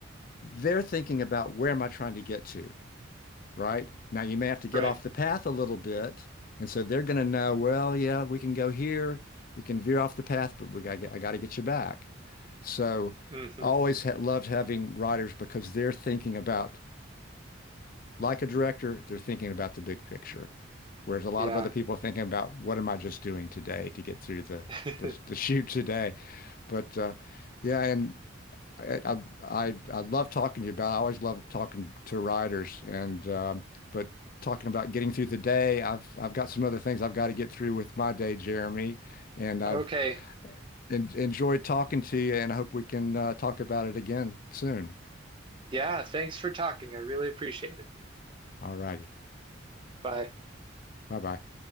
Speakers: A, on the left; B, on the right.
A: they're thinking about where am I trying to get to? right? Now you may have to get
B: right.
A: off the path a little bit. And so they're going to know, well, yeah, we can go here, we can veer off the path, but we got to get, I got to get you back. So
B: hmm
A: I always ha loved having writers because they're thinking about, like a director, they're thinking about the big picture. Whereas a lot
B: Yeah.
A: of other people are thinking about what am I just doing today to get through the
B: <laughs>
A: the, the <laughs> shoot today. But uh, yeah, and I, I I love talking to you about. I always love talking to riders, and um, but talking about getting through the day, I've I've got some other things I've got to get through with my day, Jeremy, and I've
B: Okay.
A: en enjoyed talking to you, and I hope we can uh, talk about it again soon.
B: Yeah, thanks for talking. I really appreciate it.
A: All righty,
B: Bye.
A: bye bye.